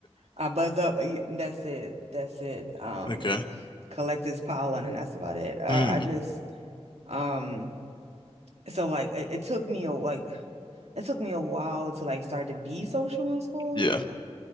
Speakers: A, on the right (about 70°); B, on the left (about 45°).
A: I buzz up, y- that's it. That's it. Um
B: Okay.
A: collect this pollen and that's about it. I,
B: Mm.
A: I just um so like it, it took me a like it took me a while to like start to be social in school.
B: Yeah.